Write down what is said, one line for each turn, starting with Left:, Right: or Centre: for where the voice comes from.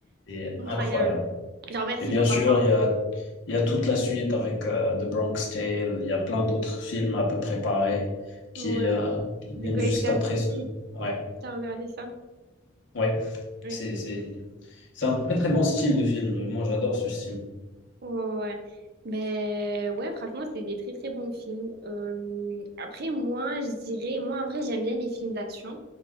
Left: C'est
Right: Incroyable.
Left: incroyable.
Right: Genre, merci,
Left: Et bien
Right: papa,
Left: sûr,
Right: quoi.
Left: il y a, il y a toute la suite avec euh, The Bronx Tale. Il y a plein d'autres films à peu près pareils qui,
Right: Ouais.
Left: euh, qui viennent
Right: The Great
Left: juste
Right: Gatsby,
Left: après ce. Ouais,
Right: t'as regardé ça?
Left: ouais.
Right: Ok.
Left: C'est, c'est, c'est un très très bon style de film. Moi, j'adore ce style.
Right: Ouais, ouais. ouais. Ben ouais, franchement, c'est des très très bons films. Euh, après, moi, je dirais, moi en vrai, j'aime bien les films d'action,